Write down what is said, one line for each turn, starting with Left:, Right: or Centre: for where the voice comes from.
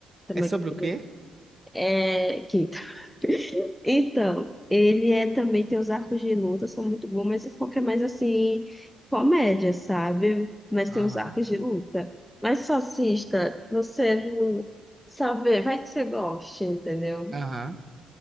Centre: Também,
Right: É sobre
Centre: também.
Right: o quê?
Centre: É, Gintama. Então, ele é também tem os arcos de luta, são muito bons, mas esse foco é mais assim, comédia, sabe? Mas
Right: Aham.
Centre: tem os arcos de luta. Mas só assista, você não sabe, vai que você goste, entendeu?
Right: Aham.